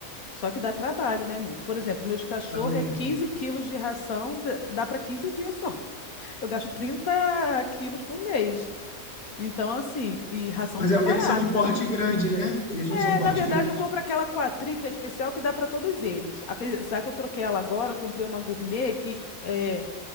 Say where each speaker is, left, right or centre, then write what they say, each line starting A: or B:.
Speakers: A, on the left; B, on the left.
A: Só que dá trabalho, né, amigo? Por exemplo, meus cachorros
B: Dá muito.
A: é 15 quilos de ração, dá dá para 15 dias só. <laughs> Eu gasto 30 quilos por mês. Então, assim, e ração
B: Mas
A: não tá
B: é porque
A: barata.
B: eles são de porte
A: né?
B: grande, né? Eles não
A: É,
B: são porte
A: na verdade,
B: grande.
A: eu compro aquela Quatri, que é especial, que dá para todos eles. Apesar que eu troquei ela agora, eu comprei uma gourmet que é,